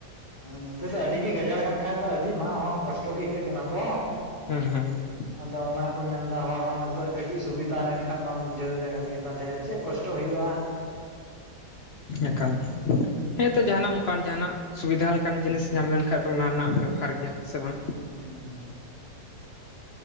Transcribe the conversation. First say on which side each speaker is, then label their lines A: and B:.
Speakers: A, on the left; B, on the left.
A: ᱱᱚᱛᱮ ᱫᱚ ᱟᱹᱰᱤ ᱜᱮ ᱜᱟᱡᱟᱲ ᱟᱠᱟᱱ ᱠᱷᱟᱡ ᱫᱚ ᱟᱹᱰᱤ ᱢᱟᱜ ᱦᱚᱸ ᱠᱚᱥᱴᱚ ᱜᱮ ᱟᱹᱭᱠᱟᱹᱜ ᱠᱟᱱᱟ ᱛᱚ
B: ᱦᱮᱸ ᱦᱮᱸ
A: ᱟᱫᱚ ᱚᱱᱟ ᱠᱚ ᱢᱮᱱ ᱮᱫᱟ ᱦᱚᱲ ᱦᱚᱸ ᱱᱤᱛᱚᱜ ᱠᱟᱹᱴᱤᱡ ᱥᱩᱵᱤᱫᱷᱟ ᱞᱮᱱᱠᱷᱟᱱᱟ ᱢᱟᱢ ᱵᱩᱡᱷᱟᱹᱣ ᱫᱟᱲᱮᱭᱟᱜ ᱠᱟᱱ ᱜᱮ ᱛᱟᱦᱚᱞᱮ ᱪᱮᱫ ᱠᱚᱥᱴᱚ ᱦᱩᱭᱩᱜ-ᱟ
B: ᱮᱠᱟᱞ ᱦᱮᱸᱛᱚ ᱡᱟᱦᱱᱟᱜ ᱚᱱᱠᱟ ᱚᱱᱠᱟᱱ ᱡᱟᱦᱱᱟᱜ ᱥᱩᱵᱤᱫᱷᱟ ᱞᱮᱠᱟᱱ ᱡᱤᱱᱤᱥ ᱧᱟᱢ ᱞᱮᱱᱠᱷᱟᱱ ᱫᱚ ᱚᱱᱟ ᱨᱮᱱᱟᱜ ᱮᱢ ᱵᱮᱵᱚᱦᱟᱨ ᱜᱮᱭᱟ ᱥᱮ ᱵᱟᱝ
A: ᱦᱩᱸ ᱦᱩᱸ